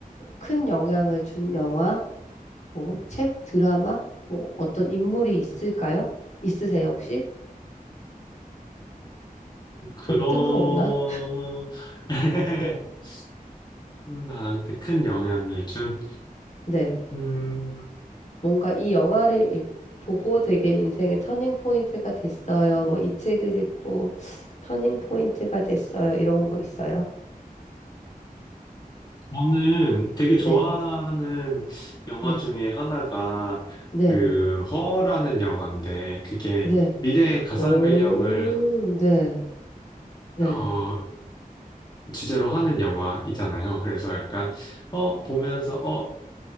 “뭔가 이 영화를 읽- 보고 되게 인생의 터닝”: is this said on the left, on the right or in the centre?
Left